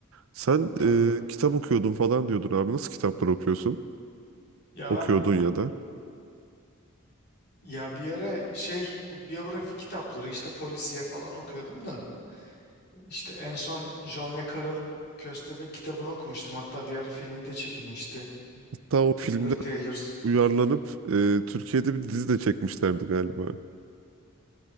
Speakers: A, on the right (about 70°); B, on the left (about 50°).
A: Sen
B: Tabii.
A: e, kitap okuyordun falan diyordun abi. Nasıl kitaplar okuyorsun?
B: Ya
A: Okuyordun
B: ben
A: ya da.
B: ya bir ara şey bu biyografi kitapları işte polisiye falan okuyordum da işte en son John Le Carre'ın Köstebek kitabını okumuştum. Hatta bir ara filmi de çekilmişti.
A: Hatta o filmden
B: Tinker Tailor
A: uyarlanıp e, Türkiye'de bir dizi de çekmişlerdi galiba.